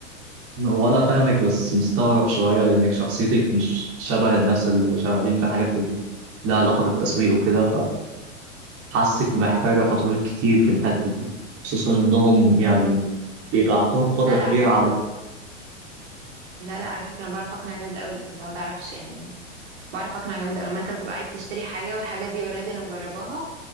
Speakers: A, on the right (about 35°); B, on the right (about 60°).
A: وانا فاهمك بس مستغرب شويه لانك شخصيتك مش شبه الناس اللي شغالين في حاجات بال- لها علاقه بالتسويق وكده فحاسك محتاجه تطوير كتير في الحته دي خصوصا انهم يعني بيبقى عندهم قدره
B: لا
A: كبيره
B: لا على فكره
A: على
B: لا لا على فكره انا بعرف اقنع جامد قوي انت ما تعرفش يعني بعرف اقنع جامد قوي لما انت بتبقى عايز تشتري حاجه والحاجه دي اوريدي انا مجرباها